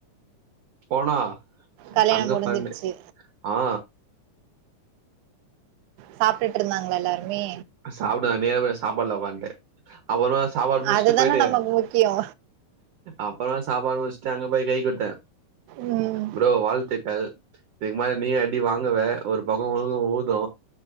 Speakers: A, on the right (about 55°); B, on the right (about 75°).
A: போனா
B: கல்யாணம்
A: அங்க
B: முடிஞ்சிருச்சு
A: பண்ணு ஆ
B: சாப்டுட்டு இருந்தாங்களா எல்லாருமே
A: சாப்பிட நா நேர போய் சாப்பாடுல உக்காந்துட்டே அப்புறமா சாப்பாடு முடிச்சிட்டு
B: அதுதான
A: போயிட்டு
B: நமக்கு முக்கியோ
A: அப்புறமா சாப்பாடு முடிச்சிட்டு அங்க போய் கை குடுத்தே
B: ம்
A: ப்ரோ வாழ்த்துக்கள் இதுக்கு மேல நீயு அடி வாங்குவ ஒரு பக்கோ உழுது ஊது